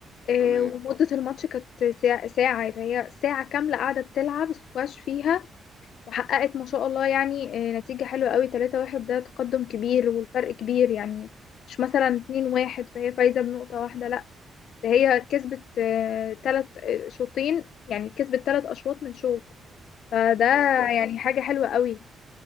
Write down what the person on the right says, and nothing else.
تمام
ده حلو